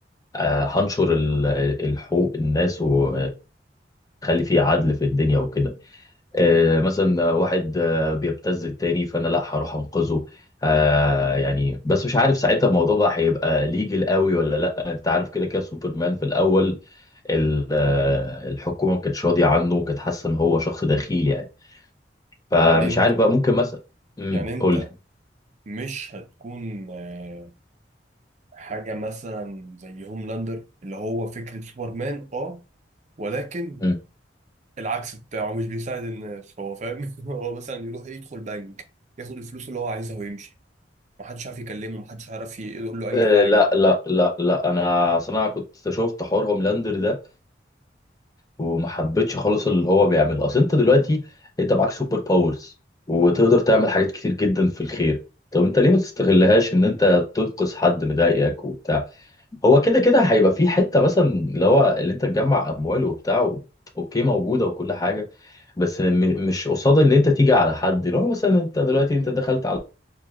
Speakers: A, on the left (about 20°); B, on the right (about 40°).
A: آه، هنشر ال- الحقوق الناس واخلي فيه عدل في الدنيا وكده آه، مثلا واحد آه، بيبتز التاني فانا لا هروح انقذه آه، يعني بس مش عارف ساعتها الموضوع ده هيبقى ليجل قوي ولا لا انت عارف كده كده سوبرمان في الاول ال- آه، الحكومه ما كانتش راضيه عنه وكانت حاسه ان هو شخص دخيل يعني فمش
B: يعني انت
A: عارف بقى ممكن مثلا امم
B: يعني انت
A: قول لي
B: مش هتكون آه، حاجة مثلا زي هوملاندر اللي هو فكرة سوبرمان اه ولكن
A: مم.
B: العكس بتاعه مش بيساعد الناس هو فاهم <laughs> هو مثلا يروح يدخل بنك ياخد الفلوس اللي هو عايزها ويمشي محدش عارف يكلمه محدش عارف يقول له اي
A: آه،
B: حاجة
A: لا لا لا لا انا اصل انا كنت شفت حوار هوملاندر ده وما حبيتش خالص اللي هو بيعمله اصل انت دلوقتي انت معاك سوبر باورز وتقدر تعمل حاجات كتير جدا في الخير طب انت ليه ما تستغلهاش ان انت تنقذ حد مضايقك وبتاع هو كده كده هيبقى في حته مثلا اللي هو اللي انت تجمع اموال وبتاع و... اوكي موجوده وكل حاجه بس م... مش قصاد اللي انت تيجي على حد لو مثلا انت دلوقتي انت دخلت